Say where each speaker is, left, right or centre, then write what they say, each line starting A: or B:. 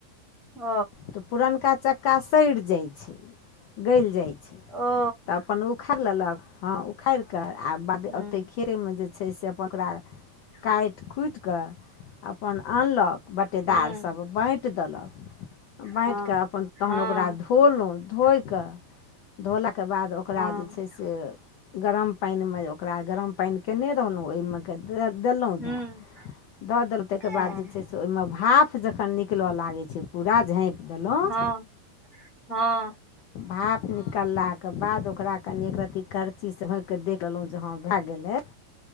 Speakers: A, on the left (about 20°); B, on the left (about 45°).
A: ओ
B: तऽ पुरनका चक्का सड़ि जाइ छै। गलि जाइ छै
A: ओ
B: तऽ अपन उखाड़ि लेलक हँ उखाड़ि कऽ आ बाद
A: हूँ
B: ओतेक खेरमे जे छै से अपन ओकरा काटि खुटिकऽ अपन आनलक बटेदारसभ
A: हूँ
B: बाँटि देलक। बाँटि
A: हँ
B: कऽ अपन तहन
A: हँ
B: ओकरा धोलहुँ धोए कऽ धोलाके बाद ओकरा
A: हँ
B: जे छै से गरम पानिमे ओकरा गरम पानि कयने रहलहुँ ओहिमे क द देलहुँ
A: हूँ
B: धए। दऽ देलहुँ ताहिके
A: हँ
B: बाद जे छै से ओहिमे भाफ जखन निकलय लागैत छै। क झाँपि देलहुँ।
A: हँ हँ
B: भाप निकललाक के बाद ओकरा कनी एक रत्ती करची से होकके देख लेलहुँ जे हँं भए गेलै।